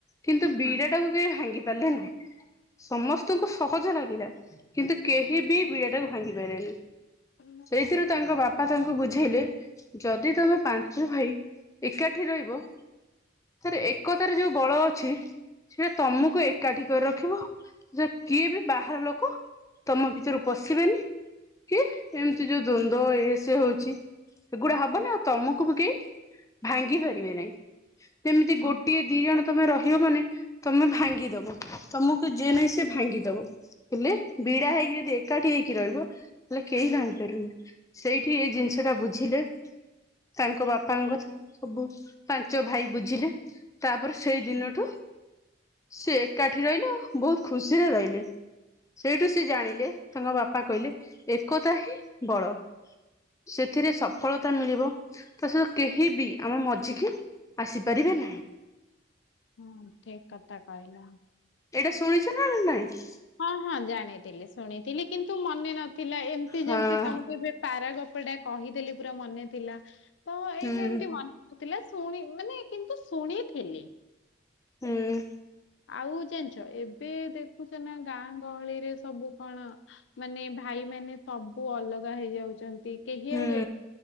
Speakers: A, on the left; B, on the left.
A: କିନ୍ତୁ
B: ହଁ।
A: ବିଡ଼ା ଟାକୁ ଭାଙ୍ଗି ପାରିଲେ ନାହିଁ ସମସ୍ତଙ୍କୁ ସହଜ ଲାଗିଲା କିନ୍ତୁ କେହି ବି ବିଡ଼ା ଟାକୁ ଭାଙ୍ଗି ପାରିଲେନି
B: ହଁ
A: ସେଇଥିରୁ ତାଙ୍କ ବାପା ବାପା ତାଙ୍କୁ ବୁଝେଇଲେ ଯଦି ତମେ ପାଞ୍ଚ ଭାଇ ଏକାଠି ରହିବ ଥରେ ଏକତାର ଯୋଉ ବଳ ଅଛି ସେଇଟା ତମକୁ ଏକାଠି କରି ରଖିବ ଯ କିଏ ବି ବାହାର ଲୋକ ତମ ଭିତରୁ ପଶିବେନି କି ଏମିତି ଯୋଉ ଦ୍ଵନ୍ଦ୍ୱଏ ସେ ହଉଛି ଏଗୁଡା ହବନି ଆଉ ତମକୁ ବି କେହି ଭାଙ୍ଗି ପାରିବେ ନାହିଁ ଯେମିତି
B: ହଁ
A: ଗୋଟିଏ ଦି ଜଣ
B: କଥା
A: ତମେ ରହ ଝିଅ ମାନେ ତମେ ଭାଙ୍ଗି ଦବ ତମକୁ ଯିଏ ନାଇଁ ସେ ଭାଙ୍ଗି ଦବ ହେଲେ ବିଡା ହେଇକି ଯଦି ଏକାଠି ହେଇକି ରହିବ ତାହେଲେ କେହି ଭାଙ୍ଗିପାରିବେନି। ସେଇଠି ଏଇ ଜିନିଷ ଟା ବୁଝିଲେ ତାଙ୍କ ବାପାଙ୍କ କଥା ସବୁ ପାଞ୍ଚ ଭାଇ ବୁଝିଲେ। ତାପରେ ସେଇ ଦିନଠୁ ସେ ଏକାଠି ରହିଲେ ଓ ବହୁତ୍ ଖୁସିରେ ରହିଲେ। ସେଇଠୁ ସେ ଜାଣିଲେ ତାଙ୍କ ବାପା କହିଲେ ଏକତା ହିଁ ବଳ। ସେଥିରେ ସଫଳତା ମିଳିବ ତା ସହିତ କେହି ବି ଆମ ମଝିକି ଆସିପାରିବେ ନାହିଁ।
B: ହୁଁ ଠିକ୍ କଥା କହିଲ।
A: ଏଇଟା ଶୁଣିଛ ନା ନାଇଁ?
B: ହଁ ହଁ ଜାଣିଥିଲି ଶୁଣିଥିଲି କିନ୍ତୁ ମନେ ନଥିଲା ଏମିତି
A: ହଁ
B: ଯେମତି ତମକୁ ଏବେ ପାରାଗପଟା କହିଦେଲି ପୁରା ମନେ ଥିଲା ତ ଏଇଟା
A: ହୁଁ
B: ଏମିତି ମନେ ଥିଲା ଶୁଣି ମାନେ କିନ୍ତୁ ଶୁଣିଥିଲି।
A: ହୁଁ।
B: ଆଉ ଜାଣିଛ ଏବେ ଦେଖୁଛ ନା ଗାଁ ଗହଳିରେ ସବୁ କଣ ମାନେ ଭାଇ ମାନେ ସବୁ ଅଲଗା ହେଇଯାଉଛ ଯେ କେହି
A: ହୁଁ
B: ଆଉ ଏ